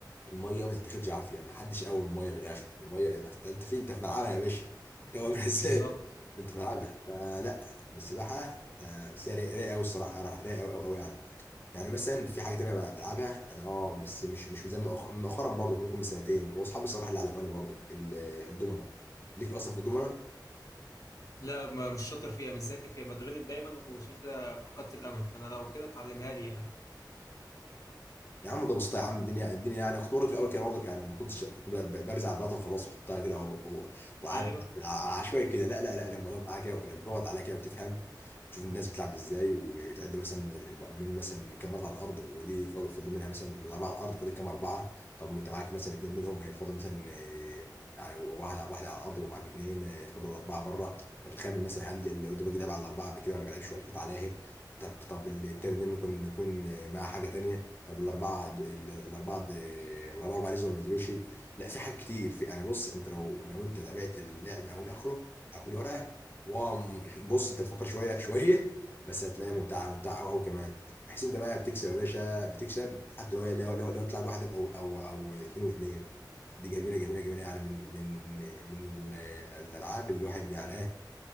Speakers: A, on the left (about 30°); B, on the left (about 45°).
A: الميه ما تتاخدش عافيه ما حدش قوي الميه من الاخر الميه انت انت فين انت في ملعبها يا باشا <laughs> هتقومها ازاي
B: بالظبط
A: انت في ملعبها فلا السباحه آه، بس هي رايقه قوي الصراحه رايقه قوي قوي يعني يعني مثلا في حاجه تانية بقى بلعبها انا اه بس مش مش زي مؤخ- مؤخرا برضه ممكن من سنتين واصحابي الصراحه اللي علموا لي برضه ال- الضمنه ليك اصلا في الضمنه
B: لا ما مش شاطر فيها مش ذكي فيها بتغلب دايما وعشان كده فقدت الامل فانا لو كده اتعلمها لي يعني
A: يا عم ده بسيطة يا عم الدنيا الدنيا يعني كنت برضه في الاول كده برضه يعني ما كنتش كنت ب- ب- برزع الداتا وخلاص واحطها كده و- و- وأعدي
B: ايوه
A: عشوائي كده لا لا لا لما تقعد معاها كده لما تقعد عليها كده وتفهم تشوف الناس بتلعب ازاي وتعد مثلا الب- من مثلا كام مرة على الارض ودي فاضل فاضل منها مثلا الاربعه على الارض فاضل كام اربعه طب ما انت معاك مثلا اثنين منهم هيفضل مثلا آه، يعني واحد واحد على الارض ومعاك اثنين فاضل اربعه بره انت بتخمن مثلا هل اللي قدامك ده لعب على الاربعه قبل كده ولا ما لعبش ولا فات عليها طب طب التاني ده ممكن يكون مع حاجه تانيه طب الاربعه ال- الاربعه الاربعه باريزو ما نزلوش لا في حاجات كتير في انا بص انت لو لو انت تابعت اللعب من اول لاخره على كل ورقه واو بص انت تفكر شويه شويه بس هتلاقيها ممتعه ممتعه قوي قوي كمان بحيث انت بقى بتكسب يا باشا بتكسب حتى لو هي لو لو, لو تلعب لوحدك او او او اثنين واثنين دي جميله جميله جميله يعني من من من ال- الالعاب اللي الواحد يعني ايه